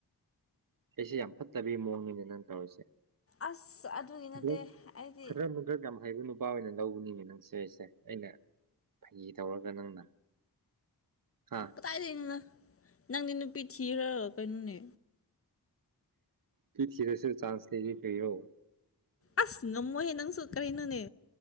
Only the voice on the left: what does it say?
ꯑꯁ ꯑꯗꯨꯒꯤ ꯅꯠꯇꯦ
ꯑꯩꯗꯤ
ꯀꯗꯥꯏꯗꯅꯣꯅ ꯅꯪꯗꯤ ꯅꯨꯄꯤ ꯊꯤꯈ ꯀꯩꯅꯣꯅꯦ
ꯑꯁ ꯅꯃꯣꯍꯦ ꯅꯪꯁꯨꯨ ꯀꯔ ꯏꯅꯅꯦ